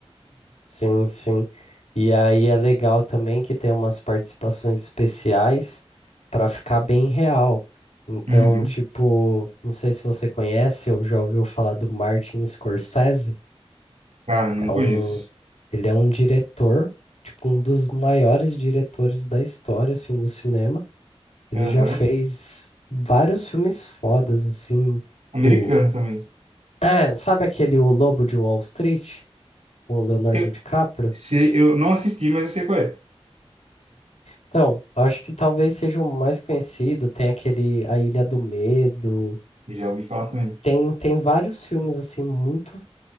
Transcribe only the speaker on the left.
sim, sim. E aí é legal também que tem umas participações especiais para ficar bem real. Então,
tipo, não sei se você conhece ou já ouviu falar do Martin Scorsese.
É
um Ele é um diretor, tipo, um dos maiores diretores da história, assim, do cinema. Ele
já fez vários filmes fodas, assim,
tipo...
É, sabe aquele O Lobo de Wall Street, com o Leonardo
DiCaprio?
Então, eu acho que talvez seja o mais conhecido, tem aquele A Ilha do Medo,
tem, tem vários filmes, assim, muito,